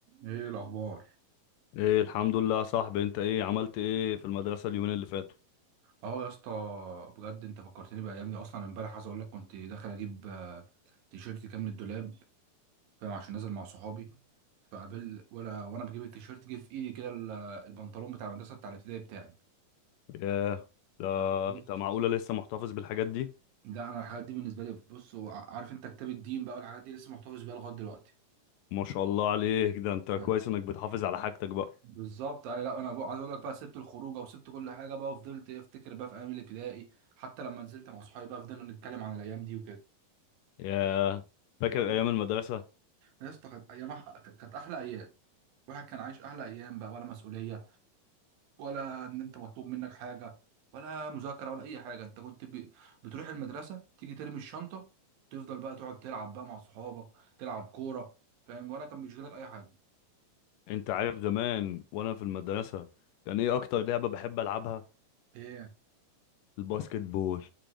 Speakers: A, on the right; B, on the left.
A: ايه الاخبار
B: ايه الحمد لله يا صاحبي انت ايه عملت ايه في المدرسة اليومين اللي فاتوا
A: اه يا اسطى بجد انت فكرتني بايام دي اصلا امبارح عايز اقول لك كنت داخل اجيب آه، تيشيرت كام من الدولاب فاهم عشان نازل مع صحابي فقابل وانا وانا بجيب التيشيرت جه في ايدي كده ال- البنطلون بتاع المدرسه بتاع الابتدائي بتاعي
B: ياه ده
A: بص
B: انت معقولة لسه محتفظ بالحاجات دي
A: لا انا الحاجات دي بالنسبه لي بص وع- عارف انت كتاب الدين بقى والحاجات دي لسه محتفظ بيها لغايه دلوقتي
B: ما شاء الله عليك ده انت كويس
A: أيوة.
B: انك بتحافظ على حاجتك بقى
A: بالظبط أيوة، لا انا بقى عايز اقول لك بقى سبت الخروجه وسبت كل حاجه بقى وفضلت افتكر بقى في ايام الابتدائي حتى لما نزلت مع صحابي بقى فضلنا نتكلم عن الايام دي
B: ياه فاكر
A: وكده
B: ايام المدرسة
A: يا اسطى كانت ايام أح- كانت احلى ايام الواحد كان عايش احلى ايام بقى ولا مسؤوليه ولا ان انت مطلوب منك حاجه ولا مذاكره ولا اي حاجه انت كنت ب... بتروح المدرسه تيجي ترمي الشنطه تفضل بقى تقعد تلعب بقى مع صحابك تلعب كوره فاهم ولا كان بيشغلك اي حاجه
B: انت عارف زمان وانا في المدرسة كان ايه اكتر لعبة بحب العبها
A: ايه
B: الباسكت بول